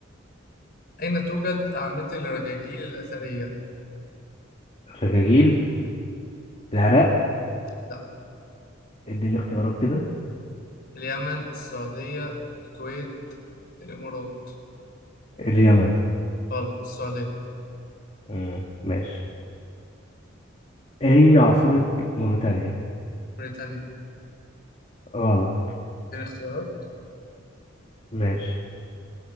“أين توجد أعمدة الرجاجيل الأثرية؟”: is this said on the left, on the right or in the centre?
Left